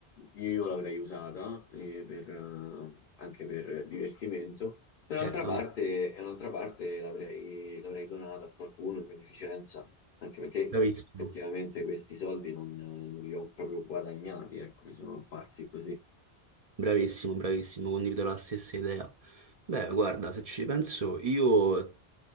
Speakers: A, on the left (about 60°); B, on the right (about 45°).
A: io l'avrei usata eh, per, eh, anche per divertimento, e un'altra
B: Certamente,
A: parte, e un'altra parte l'avrei l'avrei donata a qualcuno in beneficenza anche perché
B: bravissimo.
A: effettivamente questi soldi non, non li ho proprio guadagnati, ecco, mi sono apparsi così.
B: Bravissimo, bravissimo, condivido la stessa idea. Beh, guarda, se ci penso, io